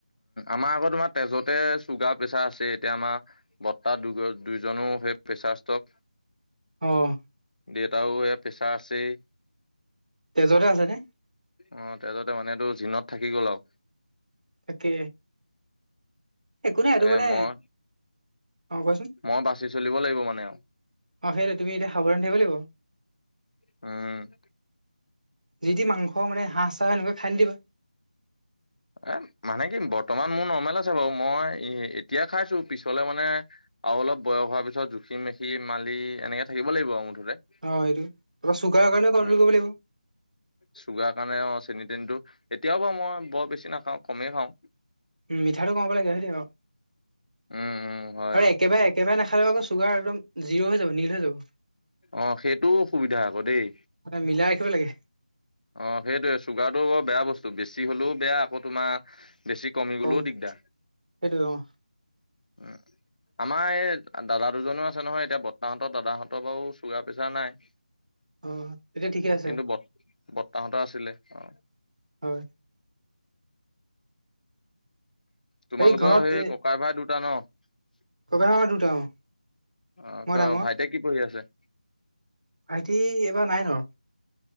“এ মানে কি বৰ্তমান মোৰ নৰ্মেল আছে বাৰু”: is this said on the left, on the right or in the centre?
Left